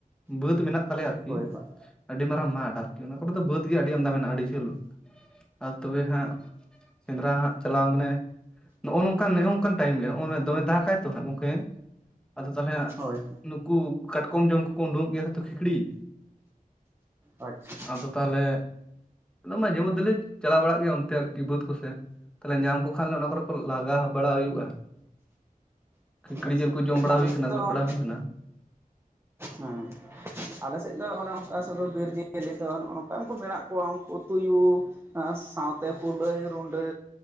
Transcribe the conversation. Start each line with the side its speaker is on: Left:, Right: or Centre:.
Centre: ᱵᱟᱹᱫ ᱢᱮᱱᱟᱜ ᱛᱟᱞᱮᱭᱟ ᱟᱨ ᱠᱤ᱾
Right: ᱦᱳᱭ ᱦᱳᱭ
Centre: ᱟᱹᱰᱤ ᱢᱟᱨᱟᱝ ᱢᱟᱴᱷ ᱟᱨ ᱠᱤ ᱚᱱᱟ ᱠᱚᱨᱮ ᱫᱚ ᱵᱟᱛᱷ ᱜᱮ ᱟᱹᱰᱤ ᱟᱢᱫᱟ ᱢᱮᱱᱟᱜ-ᱟ ᱟᱹᱰᱤ ᱡᱷᱟᱹᱞ ᱟᱨ ᱛᱚᱵᱮ ᱦᱟᱸᱜᱼᱼ ᱥᱮᱸᱫᱽᱨᱟ ᱦᱟᱸᱜ ᱪᱟᱞᱟᱣ ᱢᱟᱱᱮ᱾ ᱱᱚᱜ-ᱚ ᱱᱚᱝᱠᱟᱱ ᱱᱚᱜ-ᱱᱚᱝᱠᱟ ᱴᱟᱭᱤᱢ ᱜᱮ ᱱᱚᱜ-ᱚᱭ ᱫᱚᱢᱮ ᱫᱟᱠᱟᱭ ᱛᱚ ᱦᱟᱸᱜ ᱜᱚᱝᱠᱮ᱾ ᱟᱫᱚ ᱛᱟᱞᱦᱮ
Right: ᱦᱳᱭ ᱦᱳᱭ
Centre: ᱱᱩᱠᱩ ᱠᱟᱴᱠᱚᱢ ᱡᱚᱢ ᱠᱚᱠᱚ ᱩᱰᱩᱠᱚᱜ ᱜᱮᱭᱟ ᱛᱚ ᱠᱷᱤᱠᱲᱤ ᱾
Right: ᱟᱪᱪᱷᱟ ᱾
Centre: ᱟᱫᱚ ᱛᱟᱦᱚᱞᱮ ᱚᱱᱟ ᱢᱟᱡᱷᱮ ᱢᱚᱫᱽᱷᱞᱮ ᱪᱟᱞᱟᱣ ᱵᱟᱲᱟᱜ ᱜᱮᱭᱟ ᱚᱱᱛᱮ ᱟᱨᱠᱤ ᱵᱟᱹᱫᱽ ᱠᱚ ᱥᱮᱱ ᱾ ᱛᱟᱦᱚᱞᱮ ᱧᱟᱢ ᱠᱚ ᱠᱷᱟᱱ ᱞᱮ ᱚᱱᱟ ᱠᱚᱨᱮ ᱠᱚ ᱞᱟᱜᱟᱣ ᱵᱟᱲᱟ ᱦᱩᱭᱩᱜᱼᱟ ᱾ ᱠᱷᱠᱲᱤ
Right: ᱟᱪᱪᱷᱟ
Centre: ᱡᱤᱞ ᱠᱚ ᱡᱚᱢ ᱵᱟᱲᱟ
Right: ᱟᱞᱮ
Centre: ᱦᱩᱭ ᱟᱠᱟᱱᱟ
Right: ᱥᱮᱫ ᱫᱚ
Centre: ᱜᱚᱡ ᱵᱟᱲᱟ ᱦᱩᱭ ᱟᱠᱟᱱᱟ ᱾
Right: ᱦᱮᱸ ᱟᱞᱮ ᱥᱮᱫ ᱫᱚ ᱚᱱᱮ ᱚᱱᱠᱟ ᱥᱮᱫ ᱵᱤᱨ ᱡᱤᱭᱟᱹᱞᱤ ᱫᱚ ᱱᱚᱜᱚ ᱱᱚᱝᱠᱟᱱ ᱠᱚ ᱢᱮᱱᱟᱜ ᱠᱚᱣᱟ ᱩᱱᱠᱩ ᱛᱩᱭᱩ ᱾ ᱥᱟᱶᱛᱮ ᱠᱩᱞᱟᱹᱭ ᱨᱩᱰᱟᱹ